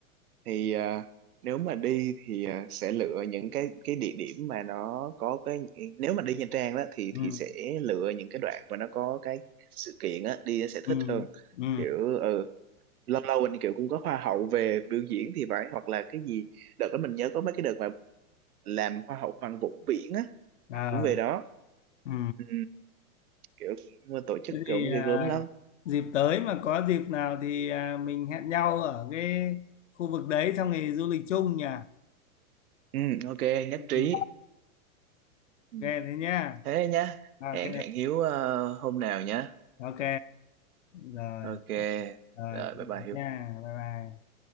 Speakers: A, on the right (about 80°); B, on the left (about 55°).
A: thì à, nếu mà đi thì à, sẽ lựa những cái cái địa điểm mà nó có cái nếu mà đi Nha Trang đó thì
B: Ừ.
A: thì sẽ lựa những cái đoạn mà nó có cái sự kiện á đi sẽ
B: Ừ.
A: thích hơn
B: Ừ.
A: kiểu ừ, lâu lâu mình kiểu cũng có hoa hậu về biểu diễn thì phải hoặc là cái gì đợt đó mình nhớ có mấy cái đợt mà làm hoa hậu Hoàng Vũ Biển á
B: À.
A: họ cũng về đó
B: Ừ.
A: ừ, kiểu cũng ờ, tổ chức
B: Thế
A: cũng
B: thì
A: ghê
B: à,
A: gớm lắm
B: dịp tới mà có dịp nào thì à, mình hẹn nhau ở cái khu vực đấy xong thì du lịch chung nhỉ
A: ừ, ok nhất
B: ừ.
A: trí Ừ,
B: ok thế nhá
A: thế nhá
B: ok
A: hẹn hẹn Hiếu ờ, hôm nào nhá
B: ok rồi
A: ok
B: rồi
A: rồi bye bye Hiếu
B: nha bye bye